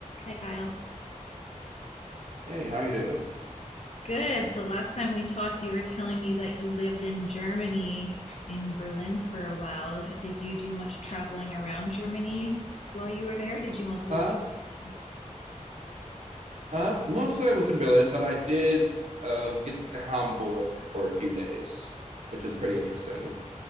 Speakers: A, on the left (about 55°); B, on the right (about 60°).
A: Hi, Kyle.
B: Hey, how you doing?
A: Good. So last time we talked, you were telling me that you lived in Germany, in Berlin for a while. Did you do much traveling around Germany while you were there? Or did you mostly
B: Uh,
A: stay in
B: uh, mostly I was in Berlin, but I did um, get to Hamburg for a few days, which is pretty interesting.